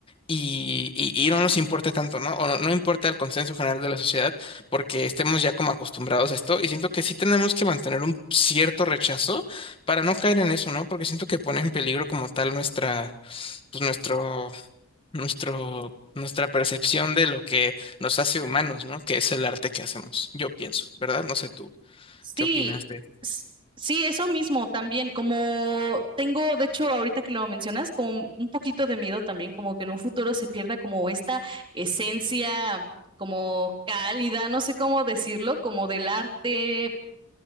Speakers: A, on the left; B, on the right.
A: y, y- y no nos importe tanto, ¿no? O no, no importa el consenso general de la sociedad porque estemos ya como acostumbrados a esto y siento que sí tenemos que mantener un cierto rechazo para no caer en eso, ¿no? Porque siento que pone en peligro como tal nuestra, pues nuestro, nuestro, nuestra percepción de lo que nos hace humanos, ¿no? Que es el arte que hacemos, yo pienso, ¿verdad? No sé tú,
B: Sí,
A: ¿qué opinas de?
B: s- sí, eso mismo también, como tengo, de hecho, ahorita que lo mencionas, como un poquito de miedo también, como que en un futuro se pierda como esta esencia como cálida, no sé cómo decirlo, como del arte,